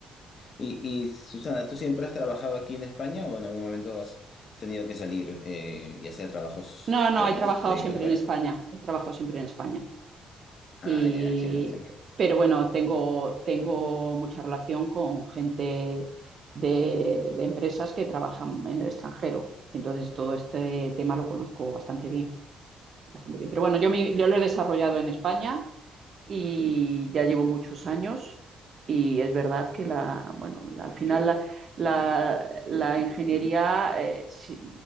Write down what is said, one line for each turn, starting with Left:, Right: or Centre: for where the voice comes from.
Left: Y, y Susana, ¿tú siempre has trabajado aquí en España o en algún momento has tenido que salir eh, y hacer trabajos
Right: No, no,
Left: fuera,
Right: he trabajado
Left: proyectos
Right: siempre
Left: fuera?
Right: en España, he trabajado siempre en España. Y,
Left: Ah, ya entiendo, entiendo.
Right: pero bueno, tengo, tengo mucha relación con gente de, de empresas que trabajan en el extranjero. Entonces todo este tema lo conozco bastante bien, bastante bien. Pero bueno, yo, mi- yo lo he desarrollado en España y ya llevo muchos años y es verdad que la, bueno, la- al final la, la- la ingeniería, eh, si-